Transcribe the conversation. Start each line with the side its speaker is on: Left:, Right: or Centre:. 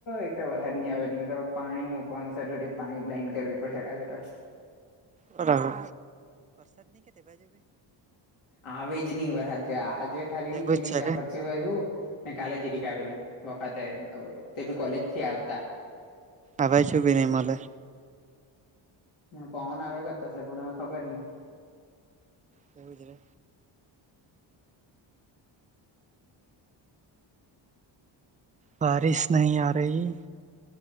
Left: એક તો વરહદ નહી આવે એટલે તો, પાણી મુકવાનું સેટરડે પાઈપ લાઈન કરવી પડહે કાલે તો.
Right: પરા
Left: આવે જ નહી વરહાદ ગ્યા આજે ખાલી
Right: એવું
Left: જીરીક
Right: જ છે
Left: જાપટ
Right: રે
Left: જેવું આઇવ્યુ, ને કાલે જીરીક આવેલું, વખતે તે બી કોલેજ થી આવતા.
Right: આભાઈછું બી ની મલે.
Left: ને પવન આવે ગતશે પણ હવે ખબર ની.
Right: કેવીધરે બારીશ નહી આ રહી,